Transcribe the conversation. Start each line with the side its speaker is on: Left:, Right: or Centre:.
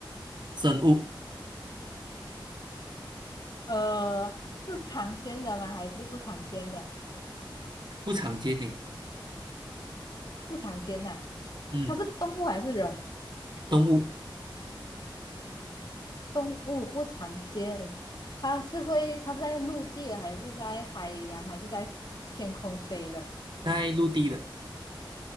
Right: 生物
Left: 呃，是常见的吗？还是不常见的？
Right: 不常见呢，
Left: 不常见呐、
Right: 嗯，
Left: 它是动物还是人？
Right: 动物
Left: 动物不常见。它是会，它是在陆地的，还是在海洋，还是在天空飞的？
Right: 在陆地的，